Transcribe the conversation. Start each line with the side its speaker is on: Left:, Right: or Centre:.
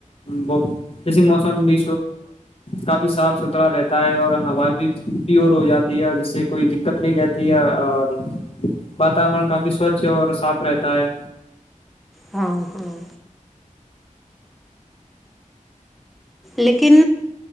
Left: وہ جیسے موسم بھی کافی صاف ستھرا رہتا ہے اور ہوا بھی پیور ہو جاتی ہے اور جس سے کوئی دقت نہیں رہتی اور واتورن کافی سوچھ اور صاف رہتا ہے
Centre: ہاں ہاں لیکن